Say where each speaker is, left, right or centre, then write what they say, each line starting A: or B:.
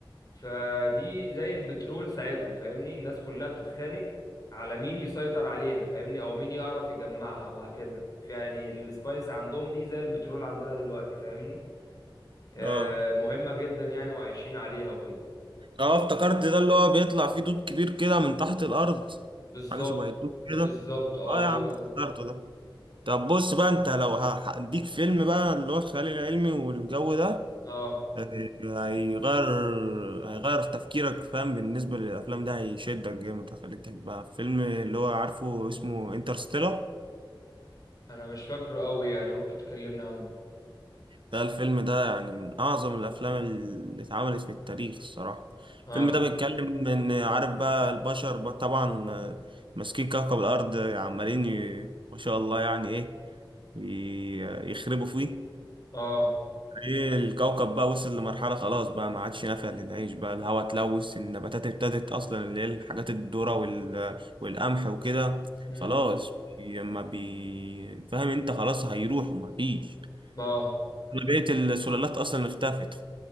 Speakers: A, on the left (about 45°); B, on the right (about 70°).
A: فدي زي البترول ساعتها فاهمني الناس كلها بتتخانق على مين يسيطر عليها فاهمني او مين يعرف يجمعها وهكذا يعني السبايس عندهم دي زي البترول عندنا دلوقتي فاهمني آه
B: اه
A: مهمة جدا يعني وعايشين عليها وكده
B: اه افتكرت ده اللي هو بيطلع فيه دود كبير كده من تحت الارض
A: بالظبط
B: حاجة شبه الدود كده
A: بالظبط اه
B: اه يا عم
A: هو
B: افتكرته
A: ده
B: ده طب بص بقى انت لو هديك فيلم بقى اللي هو الخيال العلمي والجو ده
A: اه
B: هيغير هيغير في تفكيرك فاهم بالنسبة للأفلام ده هيشدك جامد هيخليك تحبها فيلم اللي هو عارفه اسمه انترستيلر
A: انا مش فاكره قوي يعني ممكن تكلمني عنه
B: ده الفيلم ده يعني من أعظم الأفلام اللي اتعملت في التاريخ الصراحة
A: اه
B: الفيلم ده بيتكلم إن عارف بقى البشر بقى طبعا آه، ماسكين كوكب الأرض عمالين ي- ما شاء الله يعني إيه ي- يخربوا فيه
A: اه
B: ايه الكوكب بقى وصل لمرحلة خلاص بقى ما عادش نافع للعيش بقى الهواء اتلوث النباتات ابتدت اصلا اللي هي الحاجات الذرة وال... والقمح وكده
A: امم
B: خلاص بي- ما بي فاهم انت خلاص هيروحوا ما فيش
A: اه
B: بقية السلالات اصلا اختفت